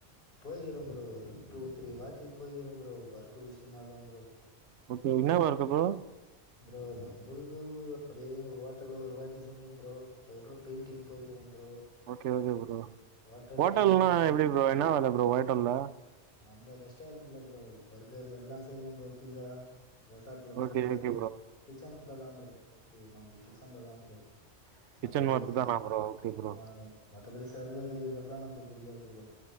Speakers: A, on the left; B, on the right.
A: போயிக்றோ ப்ரோ ஒரு டூ த்ரீ வாட்டி போயிக்றோ ப்ரோ ஒர்க் விஷ்யமா தா ப்ரோ
B: ஓக்கே என்னாவா இருக்க ப்ரோ
A: ப்ரோ நம்புள்து அப்டியே எங்க ஹோட்டல்ல ஒரு வாட்டி செஞ்சே ப்ரோ அதுக்கப்றோ பெயிண்டிங் போய்க்கிறே ப்ரோ
B: ஓக்கே ஓக்கே ப்ரோ
A: ஹோட்டல்ல
B: ஹோட்டல்னா
A: நம்ம இந்த
B: எப்டி ப்ரோ என்னா வேல ப்ரோ ஹோட்டல்ல
A: நம்ப ரெஸ்டாரெண்ட்ல ப்ரோ பர்கர் எல்லா செய்வ ப்ரோ பிஸா ரெசார்ட்ல மாறி
B: ஓகே
A: செய்வ
B: ஓகே
A: ப்ரோ கிச்சன்ல தா ப்ரோ ஒர்க்கு நம்மளுக்கு கிச்சன்ல தா ப்ரோ
B: கிச்சன்
A: மத்தபடி
B: ஒர்க் தானா ப்ரோ ஓகே ப்ரோ
A: ஆ மத்தபடி சர்வரு இதெல்லா நம்பளுக்கு புடிக்காது ப்ரோ